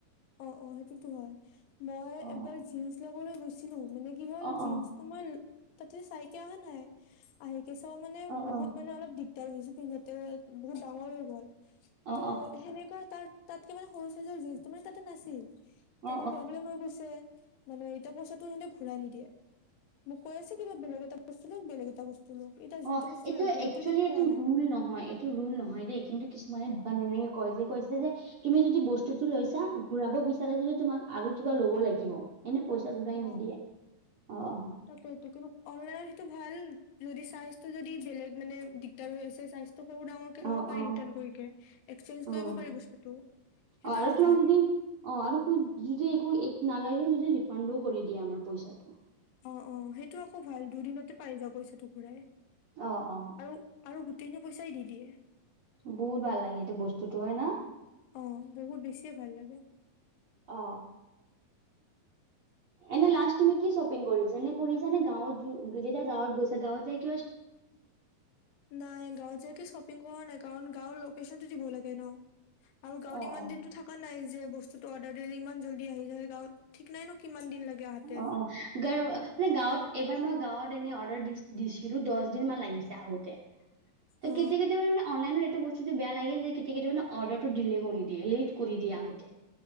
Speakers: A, on the left; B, on the right.
A: অ অ সেইটোতো হয় মই
B: অ
A: এবাৰ জিন। ল'বলৈ গৈছিলো। মানে কি হ'ল
B: অ
A: জিন্সটো
B: অ
A: মই। তাতে চাইকে আহা নাই আহি। কেঁচা মানে
B: অ
A: বহুত
B: অ
A: মানে অলপ দিগ। তাৰ পিছত পিন্ধাতে বহুত ডাঙৰ হৈ গ'ল।
B: অ
A: ত' সেনেকৈ তাৰ। তাতকে মানে সৰু চাইজৰ জিন্সটো মানে। তাতে নাছিল। এতিয়া
B: অ অ
A: মোৰ প্ৰব্লেম হৈ গৈছে। মানে এটা পইচাটো সিহঁতে ঘূৰাই নিদিয়ে। মোক কৈ আছে কিবা বেলেগ এটা বস্তু। বেলেগ এটা বস্তু। লওক এতিয়া যোনটো
B: অঁ
A: বস্তু
B: এইটো
A: লাগে
B: একচুৱেলি
A: সেইটো যদি
B: এইটো
A: পোৱা নাই
B: ৰোল নহয় এইটো ৰোল নহয় দেই কিন্তু কিছুমানে দোকান এনেকে কয় যে কৈছে যে তুমি যদি বস্তু বস্তুটো লৈছা ঘূৰাব বিচাৰা যদি তোমাক আৰু কিবা ল'ব লাগিব, এনে পইচা ঘূৰাই
A: অ
B: নিদিয়ে, অঁ - অঁ।
A: তাকেইটো কিন্তু অনলাইনত সেইটো ভাল, যদি চাইজ টো যদি বেলেগ মানে দিগদাৰ ও হৈছে, চাইজ টো সৰু ডাঙৰ কে ল'ব
B: অ
A: পাৰি
B: অ
A: ৰিটাৰ্ণ কৰি কে, এক্সচেঞ্জ
B: অ
A: কৰিব পাৰি বস্তুটো, সেইটো
B: অ আৰু
A: আকৌ
B: তোমাক
A: ভাল।
B: যদি অ আৰু কো- যদি একো এক নালাগে যদি ৰিফাণ্ডো কৰি দিয়ে আমাৰ পইচাটো।
A: অঁ-অঁ সেই তো আকৌ ভাল দুদিনতে পাই যায় পইচা টো ঘূৰাই।
B: অঁ-অঁ।
A: আৰু আৰু গোটেইখিনি পইচাই দি দিয়ে।
B: বহুত ভাল লাগে, এইটো বস্তুটো হয় ন।
A: অ বহুত বেছিয়ে ভাল লাগে
B: অঁ। এনে লাষ্ট তুমি কি শ্বপিং কৰিছা, এনে কৰিছা নে গাঁৱত যেতিয়া গাঁৱত গৈছা গাঁৱত যায়
A: নাই গাঁওত যায় কি শ্বপিং কৰা নাই কাৰণ গাঁৱৰ লোকেশ্যন টো দিব লাগে ন। আৰু গাঁৱত
B: অ
A: ইমান
B: অ।
A: দিনটো থকা নাই যে বস্তুটো অৰ্ডাৰ দিলে ইমান জল্দি আহি যায় গাঁৱত। ঠিক নাই ন কিমান দিন লাগে আহাতে
B: অঁ-অঁ গৰ মানে গাঁৱত এইবাৰ মই গাঁৱত এনে অৰ্ডাৰ দি দিছিলো দচ দিন মান লাগিছে আহোতে। ত'
A: অ
B: কেতিয়া কেতিয়াবা মানে অনলাইনত এইটো বচ বেয়া লাগে যে কেতিয়াবা-কেতিয়াবা মানে অৰ্ডাৰ টো দিলে কৰি দিয়ে, লেত কৰি দিয়ে আহোঁতে।